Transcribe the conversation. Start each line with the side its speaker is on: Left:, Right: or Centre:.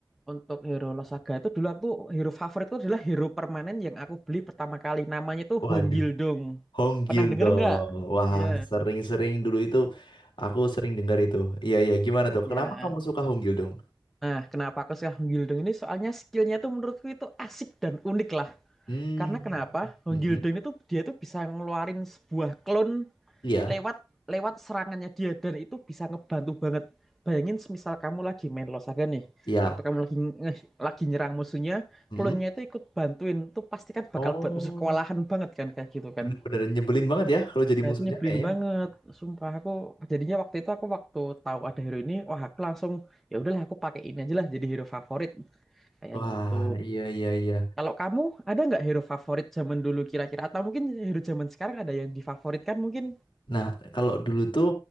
Centre: Untuk hero Losaga itu dulu aku tuh hero favorit itu adalah hero permanen yang aku beli pertama kali. Namanya itu
Left: Waduh,
Centre: Hong Gildong.
Left: Honggil
Centre: Pernah denger
Left: dong.
Centre: nggak?
Left: Wah,
Centre: Iya.
Left: sering-sering dulu itu aku sering dengar itu. Iya iya, gimana tuh?
Centre: Ya.
Left: Kenapa kamu suka Honggil dong?
Centre: Nah, kenapa aku suka Hong Gildong ini? Soalnya skillnya tuh menurutku itu asik dan unik lah.
Left: Hmm,
Centre: Karena kenapa? Hong
Left: hmm,
Centre: Gildong
Left: hmm.
Centre: itu dia tuh bisa ngeluarin sebuah clone
Left: iya,
Centre: lewat lewat serangannya dia dan itu bisa ngebantu banget. Bayangin semisal kamu lagi main Losaga nih,
Left: iya.
Centre: waktu kamu lagi lagi nyerang musuhnya,
Left: Hmm.
Centre: klonnya itu ikut bantuin, tuh pasti kan bakal
Left: Oh.
Centre: buat musuh kewalahan banget kan kayak gitu kan.
Left: Bener-bener nyebelin banget ya kalau jadi
Centre: Nah
Left: musuhnya
Centre: itu nyebelin
Left: kayaknya.
Centre: banget, sumpah aku jadinya waktu itu aku waktu tahu ada hero ini, wah aku langsung ya udahlah aku pakai ini aja lah jadi hero favorit kayak
Left: Wah,
Centre: gitu.
Left: iya iya iya.
Centre: Kalau kamu ada nggak hero favorit zaman dulu kira-kira atau mungkin hero zaman sekarang ada yang difavoritkan mungkin?
Left: Nah, kalau dulu tuh